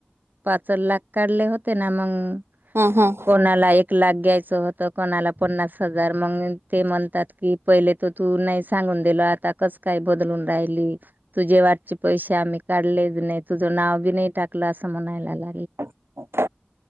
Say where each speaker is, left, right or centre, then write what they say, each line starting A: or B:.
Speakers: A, on the right; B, on the right.
A: पाच लाख काढले होते, ना मंग.
B: हम् हम्
A: कोणाला एक लाख घ्यायचं होत. कोणाला. पन्नास हजार मग ते म्हणतात. कि पहिले तो तू नाही सांगून दिल आता कस काय बदलून राहिली, तुझे वाटचे पैसे आम्ही काढलेच नाही तुझं नाव बी नाही टाकलं असं म्हणायलल्यात.
B: <inaudible>